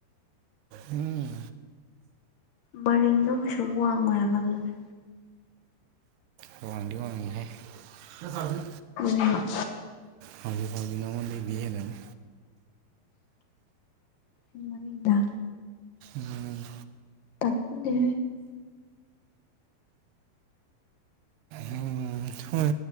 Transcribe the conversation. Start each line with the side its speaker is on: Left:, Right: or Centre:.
Right: ꯎꯝ
Left: ꯃꯔꯤꯡꯗꯣ ꯀꯩꯁꯨ ꯋꯥꯡꯉꯣꯏꯕ ꯑꯗꯨꯗꯤ
Right: ꯔ ꯋꯥꯥꯡꯗꯤ ꯋꯥꯉ ꯏꯅꯦ ꯐ ꯊꯅꯤ
Left: ꯎꯝ
Right: ꯐꯥꯎꯂꯤ ꯐꯥꯎꯂꯤꯅꯉꯗ ꯂꯩꯕꯤ ꯍꯕꯅꯤ
Left: ꯏ ꯃꯅꯨꯡꯗ
Right: ꯎꯝ
Left: ꯇꯞꯄꯦ
Right: ꯎꯝ ꯍꯣꯏ